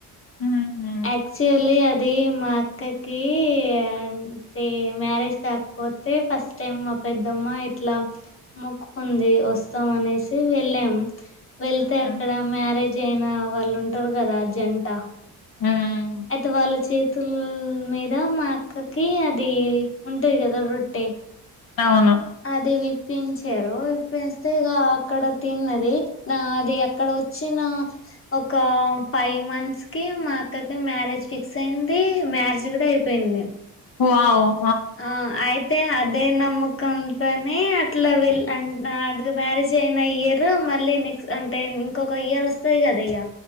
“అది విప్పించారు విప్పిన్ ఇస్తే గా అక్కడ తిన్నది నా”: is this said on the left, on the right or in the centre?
Left